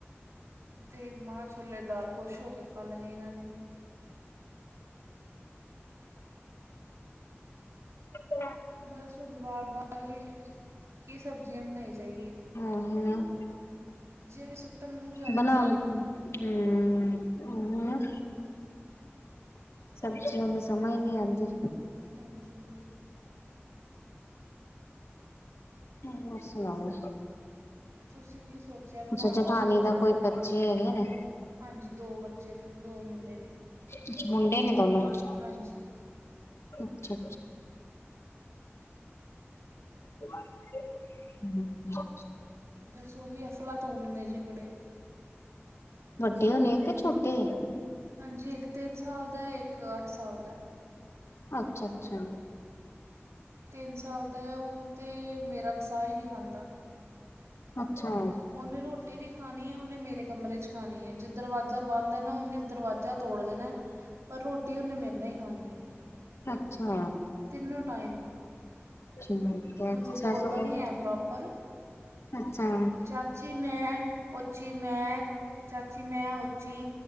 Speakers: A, on the right; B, on the left.
A: ਤੇ ਮਾਂਹ ਛੋਲੇ ਦਾਲ ਖੁਸ਼ ਹੋ ਕੇ ਖਾ ਲੈਣੀ ਇਹਨਾਂ ਨੇ।
B: <unintelligible>
A: ਬਸ ਹੁਣ ਬਾਰ- ਬਾਰ ਵੀ ਕੀ ਸਬਜ਼ੀਆਂ ਬਣਾਈ ਜਾਾਹੀਏ।
B: ਹਮ, ਹਮ।
A: ਵੀ ਸੁੱਟਣ ਮੂੰਹ ਜਾਂਦੀਆਂ
B: ਬਣਾ ਲੈਣੀ
A: ਨੇ
B: ਆ, ਹਮ।
A: ਹਾਂ
B: ਸਬਜ਼ੀਆਂ ਦੀ ਸਮਜ ਹੀ ਨਹੀਂ ਆਉਂਦੀ।
A: ਹਾਂਜੀ।
B: ਹੋਰ ਸੁਣਾਓ?
A: ਤੁਸੀਂ ਕੀ ਸੋਚਿਆ ਬਣਾਉਣ
B: ਅੱਛਾ, ਜਠਾਨੀ
A: ਅੱਜ
B: ਦਾ ਕੋਈ ਬੱਚੇ ਹੈਗੇ ਨੇ।
A: ਹਾਂਜੀ ਦੋ ਬੱਚੇ ਨੇ ਦੋ ਮੁੰਡੇ ਨੇ।
B: ਅੱਛਾ ਮੁੰਡੇ ਨੇ ਦੋਨੋ ਅੱਛਾ,
A: ਹਾਂਜੀ
B: ਅੱਛਾ। ਹਮ ਅੱਛਾ।
A: ਬੱਸ ਉਹ ਵੀ ਅਫਲਾ ਤੂਨ ਨੇ ਜੀ ਬੜੇ।
B: ਵੱਡੇ ਹੋਣੇ, ਕਿ ਛੋਟੇ ਏ?
A: ਹਾਂਜੀ, ਇੱਕ ਤਿੰਨ ਸਾਲ ਦਾ, ਇੱਕ ਅੱਠ ਸਾਲ ਦਾ।
B: ਅੱਛਾ- ਅੱਛਾ।
A: ਤਿੰਨ ਸਾਲ ਦਾ ਓ ਤੇ, ਮੇਰਾ ਵਸਾਹ ਹੀ ਨਹੀਂ ਖਾਂਦਾ।
B: ਅੱਛਾ
A: ਉਹਨੇ ਰੋਟੀ ਵੀ ਖਾਣੀ ਏ ਓਨੇ ਮੇਰੇ ਕਮਰੇ 'ਚ ਖਾਣੀ ਐ, ਜੇ ਦਰਵਾਜ਼ਾ ਬੰਦ ਏ ਨਾ ਉਹਨੇ ਦਰਵਾਜ਼ਾ ਤੋੜ ਦੇਣਾ ਪਰ ਰੋਟੀ ਉਹਨੇ ਮੇਰੇ ਨਾ ਹੀ ਖਾਣੀ ਏ।
B: ਅੱਛਾ!
A: ਤਿੰਨੋ ਟਾਈਮ।
B: ਠੀਕ ਐ, ਅੱਛਾ
A: ਹਜੇ ਬੋਲਦਾ
B: ਸਗੋਂ,
A: ਨਹੀਂ ਹੈ ਪ੍ਰੋਪਰ
B: ਅੱਛਾ।
A: ਚਾਚੀ ਮੈਂ, ਉੱਚੀ ਮੈਂ, ਚਾਚੀ ਮੈਂ ਜੀ